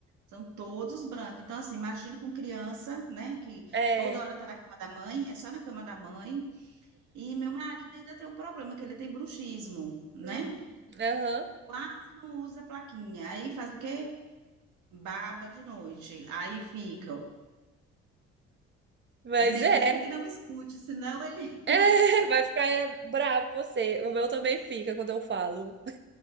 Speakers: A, on the right; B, on the right.
A: são todos brancos. Então, assim, imagino com criança, né? Que
B: É.
A: toda hora tá na cama da mãe, é só na cama da mãe. E meu marido ainda tem um problema, que ele tem bruxismo, né?
B: Hum, Aham.
A: Quase não usa plaquinha. Aí faz o quê? Baba de noite. Aí fica.
B: Mas
A: Ele nem
B: é,
A: dele que não me escute, senão ele.
B: <laughs> vai ficar bravo com você. O meu também fica quando eu falo.